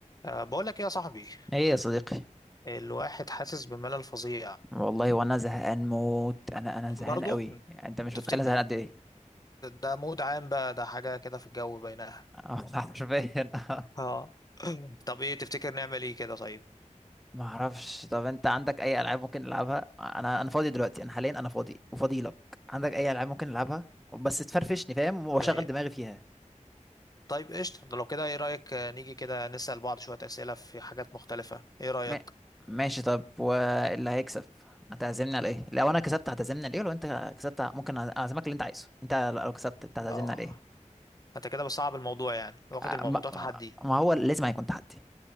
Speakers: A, on the left (about 30°); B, in the centre.
A: أه بقول لك ايه يا صاحبي
B: ايه يا صديقي
A: الواحد حاسس بملل فظيع
B: والله وانا زهقان موت انا انا زهقان
A: برضه
B: قوي يعني انت مش
A: تفتكر
B: متخيل أنا زهقان قد ايه
A: ده مود عام بقى ده حاجة كده في الجو بينها
B: آه، <laughs> حرفيا آه.
A: اه <clears throat> <laughs> طب ايه تفتكر نعمل ايه كده طيب
B: ما اعرفش طب انت عندك اي العاب ممكن نلعبها انا انا فاضي دلوقتي انا حاليا انا فاضي وفاضي لك عندك اي العاب ممكن نلعبها بس تفرفشني فاهم واشغل
A: طيب
B: دماغي فيها
A: طيب قشطة ده لو كده ايه رأيك آه، نيجي كده نسأل بعض شوية أسئلة في حاجات مختلفة ايه رأيك
B: ما... ماشي طب واللي هيكسب هتعزمني على ايه لو انا كسبت هتعزمني على ايه ولو انت كسبت ممكن اعزمك اللي انت عايزه انت لو كسبت انت هتعزمني
A: اه
B: على ايه
A: انت كده بتصعب الموضوع يعني واخد
B: آه،
A: الموضوع
B: ما...
A: تحدي
B: ما هو لازم هيكون تحدي